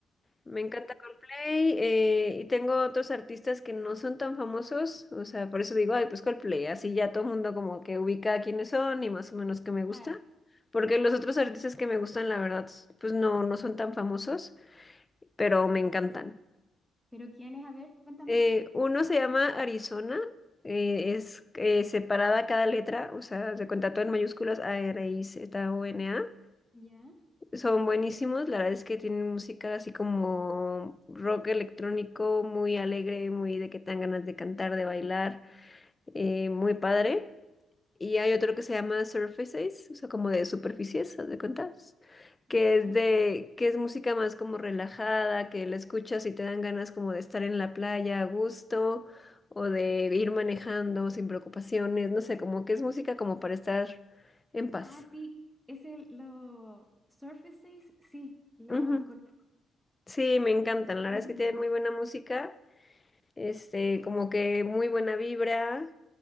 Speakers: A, on the left; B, in the centre.
A: Me encanta Coldplay eh, y tengo otros artistas que no son tan famosos, o sea, por eso digo, ay, pues Coldplay, así ya todo el mundo como que ubica quiénes son y más o menos qué me gusta,
B: Claro.
A: porque los otros artistas que me gustan, la verdad, pues no, no son tan famosos, pero me encantan.
B: ¿Pero quién es? A ver, cuéntame.
A: Eh, uno se llama Arizona, eh, es eh, separada cada letra, o sea, se cuenta todo en mayúsculas A, R, I, Z, O, N, A.
B: Ya,
A: Son buenísimos, la verdad es que tienen música así como rock electrónico, muy alegre, muy de que te dan ganas de cantar, de bailar, eh, muy padre. Y hay otro que se llama Surfaces, o sea, como de superficies, haz de cuentas, que
B: ya.
A: es de, que es música más como relajada, que la escuchas y te dan ganas como de estar en la playa a gusto, o de ir manejando sin preocupaciones, no sé, como que es música como para estar en paz.
B: Ah, sí, es el, lo Surfaces, sí, lo
A: Ujú.
B: conozco.
A: Sí, me encantan. La
B: Son
A: verdad es que tienen muy buena música, este, como que muy buena vibra,